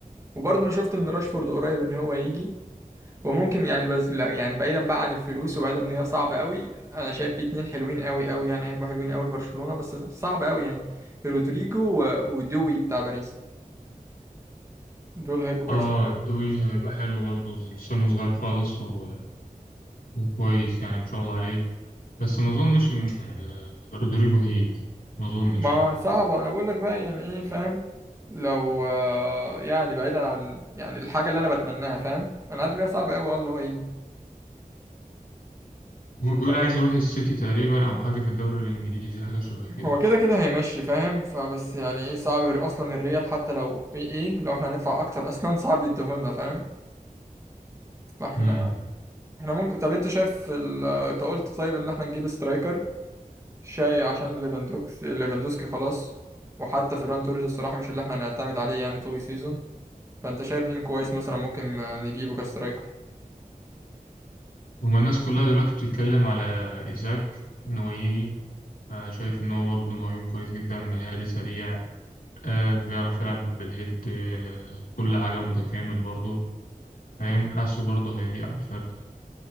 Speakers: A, on the right; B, on the left.
A: وبرضه انا شفت ان راشفورد قريب ان هو يجي وممكن يعني بس لا يعني بعيدا بقى عن الفلوس وبعيدا ان هي صعبه قوي انا شايف في اتنين حلوين قوي قوي يعني هيبقوا حلوين قوي لبرشلونه بس صعب قوي يعني رودريجو و- ودوي بتاع باريس دول هيبقوا كويسين
B: اه دوي هيبقى حلو برضه لسانه صغير خالص و... وكويس يعني ما شاء الله عليه بس ما اظنش ان آه، رودريجو هيجي ما اظنش
A: ما
B: يعني
A: صعبة أنا بقول لك بقى يعني إيه فاهم لو آه، يعني بعيدا عن يعني الحاجة اللي أنا بتمناها فاهم أنا عارف إنها صعبة أوي أه اللي هو يجي
B: هو بيقول
A: طب
B: عايز يروح السيتي تقريبا او حاجه في الدوري الانجليزي حاجه شبه كده
A: هو كده كده هيمشي فاهم فبس يعني إيه صعب يبقى أصلا الريال حتى لو في إيه لو إحنا هندفع أكتر أصلا <laughs> صعب يديهولنا فاهم فإحنا
B: امم
A: إحنا ممكن طب أنت شايف ال... أنت قلت طيب إن إحنا نجيب سترايكر شاي عشان ليفاندوكس ليفاندوسكي خلاص وحتى فيران توريس الصراحة مش اللي إحنا هنعتمد عليه يعني طول السيزون فأنت شايف مين كويس مثلا ممكن نجيبه كسترايكر
B: هما الناس كلها دلوقتي بتتكلم على ايزاك ان هو يجي آه، شايف ان هو برضه مهاجم كويس جدا مهاري سريع آه، بيعرف يلعب بالهيد آه، كل حاجه متكامل برضه فاهم حاسه برضه هيليق على الفرقه